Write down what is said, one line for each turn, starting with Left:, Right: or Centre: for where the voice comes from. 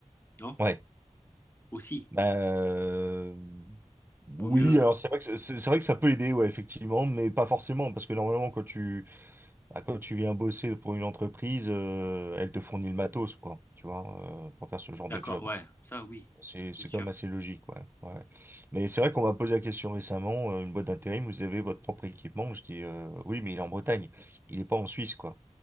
Left: Non?
Right: Ouais.
Left: Aussi.
Right: Bah, euh, oui,
Left: Vaut mieux, euh,
Right: alors c'est vrai que c'est c'est vrai que ça peut aider, ouais, effectivement, mais pas forcément, parce que normalement quand tu bah, quand tu viens bosser pour une entreprise, euh, elle te fournit le matos, quoi, tu vois, euh, pour faire ce genre
Left: d'accord,
Right: de job.
Left: ouais, ça oui,
Right: C'est c'est
Left: bien sûr.
Right: quand même assez logique, ouais. ouais. Mais c'est vrai qu'on m'a posé la question récemment, euh, une boîte d'intérim, vous avez votre propre équipement? Je dis euh, oui, mais il est en Bretagne, il est pas en Suisse, quoi.